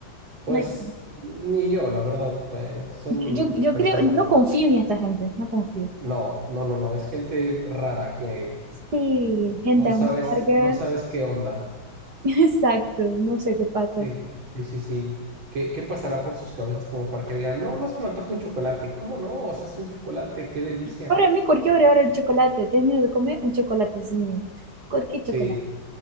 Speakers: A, on the right; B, on the right.
A: Pues
B: No hay-
A: ni yo, la verdad, pues son
B: yo, yo
A: personas.
B: creo, no confío en esta gente, no confío.
A: No, no, no, no, es gente rara que
B: Sí, gente
A: no
B: amarga,
A: sabes, no sabes qué onda.
B: <laughs> exacto, no sé qué pasa.
A: Sí, sí, sí, sí. ¿Qué, qué pasará por sus cabezas como para que digan, no, no se me antoja un chocolate? ¿Cómo no? Haces un chocolate, qué delicia.
B: Para mí, cualquier hora, hora el chocolate, termino de comer un chocolatecillo. Cualquier chocolate.
A: Sí.